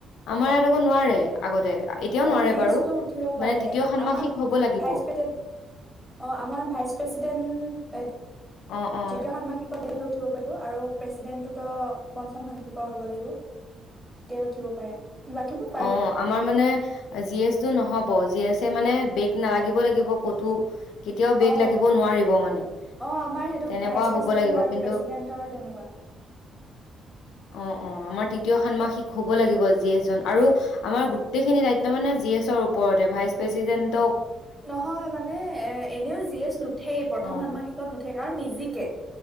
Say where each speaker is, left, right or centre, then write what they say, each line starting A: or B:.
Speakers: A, on the left; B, in the centre.
A: আমাৰ ইয়াত একো নোৱাৰে আগতে, এতিয়াও নোৱাৰে
B: জি
A: বাৰু।
B: -এছটো উঠিব
A: মানে
B: পাৰে
A: তৃতীয় ষান্মাসিক
B: আমাৰ
A: হ'ব লাগিব
B: ভাইচ- প্ৰেচিডেণ্ট অ ', আমাৰ ভাইচ প্ৰেছিডেন্ট এইত,
A: অ', অ',
B: তৃতীয় - ষান্মাসিকতে উঠিব। আৰু প্ৰেচিডেন্টো ত পঞ্চম -ষান্মাসিকৰ হ'ব লাগিব। তেতিয়াই উঠিব পাৰে। বাকীবোৰ পাৰে
A: অ আমাৰ মানে জি এছ টো নহ'ব। জি এছ মানে বেগ নালাগিব লাগিব ক'তো। কেতিয়াও বেগ
B: অ
A: লাগিব নোৱাৰিব মানে
B: অ আমাৰ সেইটো
A: তেনেকুৱা
B: ভাইচ
A: হ'ব
B: প্ৰেচিডেন্ট
A: লাগিব
B: আৰু
A: কিন্তু
B: প্ৰেচিডেন্টৰ তেনেকুৱা।
A: অ অ আমাৰ তৃতীয় ষন্মাসিক হ'ব লাগিব জি এছ জন। আৰু আমাৰ গোটেইখিনি দায়িত্ব মানে জি এছৰ ওপৰতে ভাইচ প্ৰেচিডেণ্ট।
B: নহয় মানে এ এনেও জি এছ নুঠেই প্ৰথম
A: অ
B: ষন্মাসিকত নুঠে। কাৰণ নিজিকে